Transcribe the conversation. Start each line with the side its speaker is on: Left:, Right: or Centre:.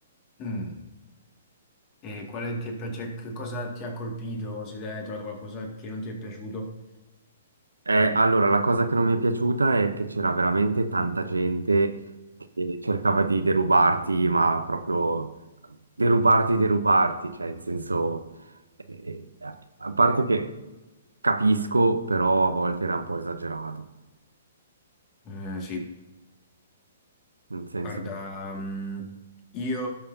Left: Mm. E quale ti è pi- cioè, che cosa ti ha colpito? Se hai trovato qualcosa che non ti è piaciuto?
Right: Eh, allora, la cosa che non mi è piaciuta è che c'era veramente tanta gente che cercava di derubarti, ma proprio derubarti, derubarti, cioè in senso, eh, eh, a parte che capisco, però a volte era un po' esagerato,
Left: Eh, sì.
Right: nel senso...
Left: Guarda, mh, io